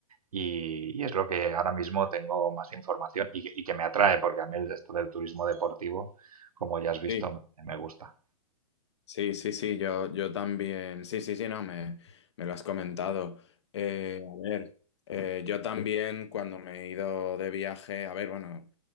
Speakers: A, on the right; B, on the left.
A: y, y es lo que ahora mismo tengo más información y que, y que me atrae, porque a mí el- esto del turismo deportivo, como ya has visto,
B: sí,
A: me, me gusta.
B: Sí, sí, sí, yo, yo también. Sí, sí, sí, no, me, me lo has comentado. Eh, a ver, eh, yo también cuando me he ido de viaje, a ver, bueno,